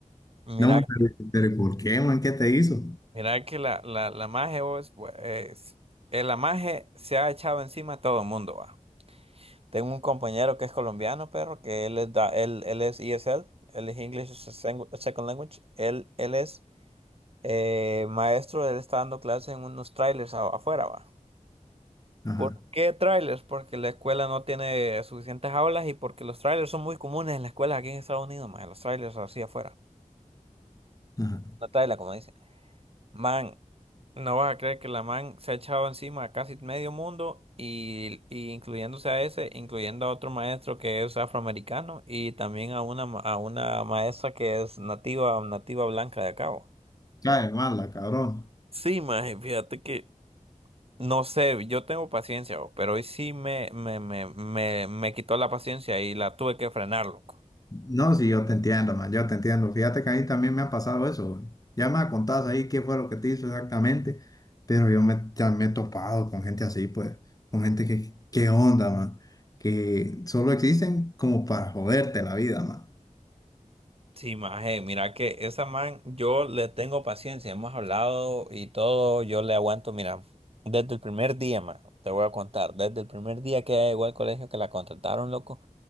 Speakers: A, on the right; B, on the left.
A: Mira,
B: No, pero, pero ¿y por qué, man? ¿Qué te hizo?
A: mira que la, la, la maje vos, bu- es, eh, la maje se ha echado encima a todo el mundo, va. Tengo un compañero que es colombiano, perro, que él es, da- él, él es ESL, él es English as a Sangu- Second Language, él, él es eh, maestro, él está dando clases en unos trailers a- afuera, va.
B: Ajá,
A: ¿Por qué trailers? Porque la escuela no tiene suficientes aulas y porque los trailers son muy comunes en las escuelas aquí en Estados Unidos, más los trailers así afuera.
B: ajá.
A: La Tayla, como dice. Man, no vas a creer que la man se ha echado encima a casi medio mundo y, y incluyéndose a ese, incluyendo a otro maestro que es afroamericano y también a una, ma- a una maestra que es nativa, nativa blanca de acá. bo.
B: Cae mala, cabrón.
A: Sí, maje, fíjate que no sé, yo tengo paciencia, bo, pero hoy sí me, me, me, me, me quitó la paciencia y la tuve que frenar, loco.
B: No, sí, yo te entiendo, man, yo te entiendo. Fíjate que a mí también me ha pasado eso. Ya me contás ahí qué fue lo que te hizo exactamente, pero yo me, ya me he topado con gente así, pues, con gente que, qué onda, man, que solo existen como para joderte la vida, man.
A: Sí, maje, mira que esa man, yo le tengo paciencia, hemos hablado y todo, yo le aguanto, mira, desde el primer día, man, te voy a contar, desde el primer día que ella llegó al colegio, que la contrataron, loco,